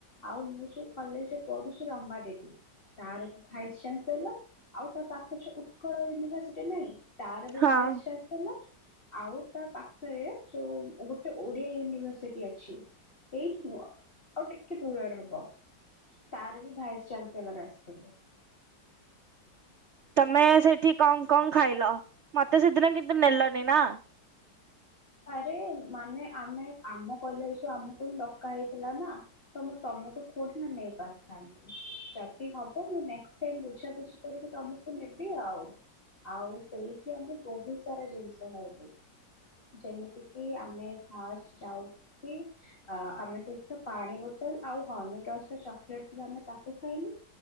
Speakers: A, on the left; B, on the right.
A: ଆଉ ମୁଁ ଯୋଉ କଲେଜରେ ପଢୁଚି ରମାଦେବୀ, ତାର ଭାଇସ ଚାାନସେଲର, ଆଉ ତା ପାଖରେ ଯୋଉ ଉତ୍କଳ ୟୁନିଭରସିଟି ନାଇଁ। <inaudible> ତାର ବି
B: ହଁ।
A: ଭାଇସ ଚାନ ଆଉ ତା ପାଖରେ, ଯୋଉ ଗୋଟେ ଓଡିଆ ୟୁନିଭରସିଟି ଅଛି, ସେଇଠି ନୁଅ, ଆଉଟିକେ ଟିକେ ଦୂରରେ ହବ ତାର ବି ଭାଇସ୍ ଚାଞ୍ଚସେଲର ଆସିଥିଲେ।
B: ତମେ ସେଇଠି କଣ କଣ ଖାଇଲ ମତେ ସେଦିନ କିନ୍ତୁ ନେଲନି ନା।
A: ଆରେ ମାନେ ଆମେ ଆମ କଲେଜରୁୁ ଆମକୁ ହି ଡକା ହେଇଥିଲା ନା ତ ମୁଁ ତମକୁ ଥୋଡ଼ି ନା ନେଇ ପାରିଥାନ୍ତି ଯଦି ହବ ମୁଁ ବୁଝାବୁଝି କରିକି ତମକୁ ନେବି ଆଉ ଆଉ ସେଇଠି ଆମେ ବହୁତ ସାରା ଜିନିଷ ଖାଇଲୁ। ଯେମିତି କି ଆମେ ଫାଷ୍ଟ ଯାଉକି ଆମେ ସେଠି ତ ପାଣି ବୋତଲ ଆଉ ହନିଟସ ର ଚକୋଲେଟ ଥିଲା ଆମେ ତାକୁ ଖାଇଲୁ